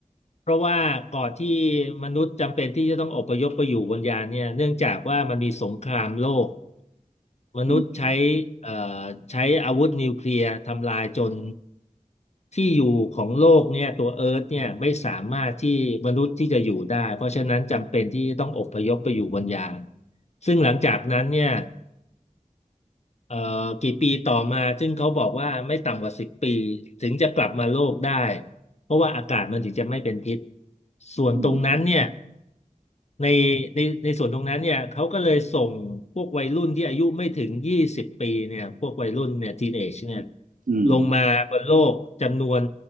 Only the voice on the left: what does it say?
เพราะว่าก่อนที่มนุษย์จำเป็นที่จะต้องอพยพไปอยู่บนยานเนี่ยเนื่องจากว่ามันมีสงครามโลก มนุษย์ใช้
เอ่อใช้อาวุธนิวเคลียร์ทำลายจนที่อยู่ของโลกเนี่ยตัวเอิร์ธเนี่ยไม่สามารถที่มนุษย์ที่จะอยู่ได้เพราะฉะนั้นจำเป็นที่ต้องอพยพไปอยู่บนยานซึ่งหลังจากนั้นเนี่ยเอ่อกี่ปีต่อมาซึ่งเขาบอกว่าไม่ต่ำกว่าสิบปีถึงจะกลับมาโลกได้เพราะว่าอากาศมันถึงจะไม่เป็นพิษส่วนตรงนั้นเนี่ย
ในในในส่วนตรงนั้นเนี่ยเขาก็เลยส่งพวกวัยรุ่นที่อายุไม่ถึงยี่สิบปีเนี่ยพวกวัยรุ่นเนี่ยทีนเอจเนี่ย
ลงมาบนโลกจำนวน